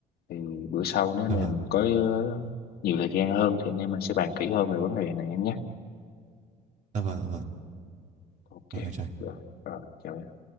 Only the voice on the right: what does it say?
Dạ
vâng,
dạ vâng, dạ vâng.
Rồi, em chào anh.